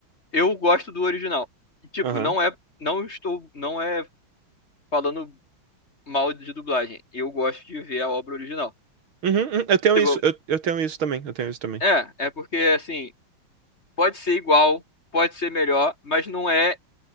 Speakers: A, on the left (about 35°); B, on the right (about 75°).
A: eu gosto do original. E, Tipo,
B: Aham.
A: não é, não estou, não é falando mal de dublagem. Eu gosto de ver a obra original.
B: Uhum, uhum, eu tenho
A: Tipo,
B: isso, eu, eu tenho isso também, eu tenho isso também.
A: é, é porque assim, pode ser igual, pode ser melhor, mas não é